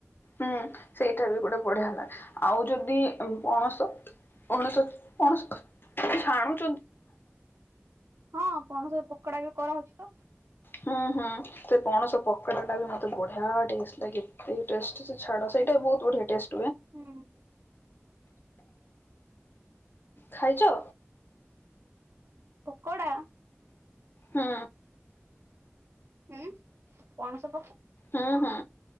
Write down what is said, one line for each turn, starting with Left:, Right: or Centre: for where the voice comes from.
Left: ହୁଁ ସେଇଟା ବି ଗୋଟେ ବଢିଆ ଲାଗେ, ଆଉ ଯଦି ପଣସ ଉଣଶଣ ଅଣସ ପଛାଣୁ <unintelligible>
Right: ହଁ ପଣସ ପକୋଡା ବି କରାହଉଛି ତ
Left: ହୁଁ, ହୁଁ, ସେ ପଣସ ପୋକଡ଼ା ଟା ବି ମତେ ବଢିଆ ଟେଷ୍ଟ ଲାଗେ, ଏତେ ଟେଷ୍ଟ ଯେ ଛାଡ ସେଇ ବହୁତ୍ ବଢିଆ ଟେଷ୍ଟ ।
Right: ହୁଁ ।
Left: ଖାଇଛ?
Right: ପକୋଡା
Left: ହୁଁ।
Right: ହୁଁ, ପଣସ ପୋକ
Left: ହଁ ହଁ